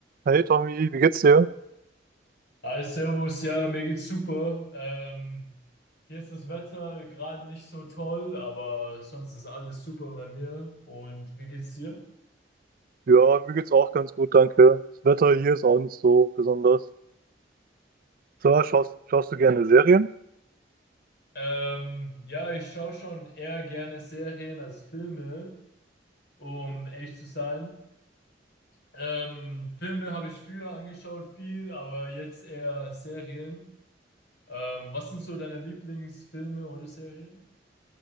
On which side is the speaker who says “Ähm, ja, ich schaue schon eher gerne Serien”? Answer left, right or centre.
Left